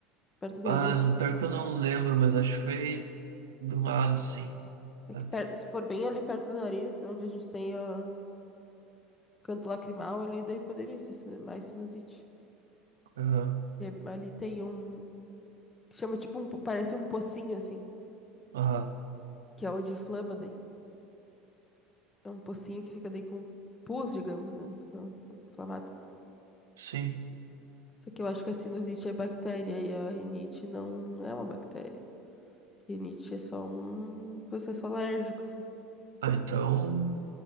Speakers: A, on the left; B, on the right.
A: Perto do
B: Ah,
A: nariz.
B: pior que eu não lembro, mas acho que foi do lado, sim.
A: Aqui
B: Sabe?
A: per- se for bem ali perto do nariz, onde a gente tem o canto lacrimal ali, daí poderia ser sinu- mais sinusite.
B: Aham,
A: E é- ali tem um, que chama tipo um, po- parece um pocinho, assim,
B: aham,
A: que é onde inflama daí. É um pocinho que fica daí com pus, digamos, né? Fica inflamado.
B: sim.
A: Só que eu acho que a sinusite é bactéria e a rinite não é uma bactéria. Rinite é só um processo alérgico, assim.
B: Ah, então,